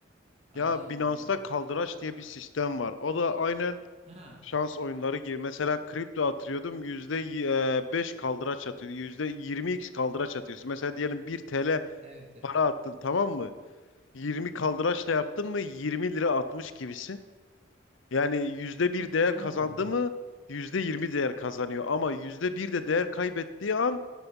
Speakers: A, on the right; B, on the left.
A: Am,
B: Ya Binance'da kaldıraç
A: a-
B: diye bir sistem var. O da aynen
A: ha,
B: Şans oyunları gibi. Mesela kripto atıyordum %5 kaldıraç atıyordu. yüzde yirmi x kaldıraç atıyorsun. Mesela diyelim 1 TL
A: evet evet.
B: para attın tamam mı? 20 kaldıraçla yaptın mı 20 lira atmış gibisin. Yani yüzde bir değer
A: Ha,
B: kazandı mı %20 değer kazanıyor. Ama yüzde bir de değer kaybettiği an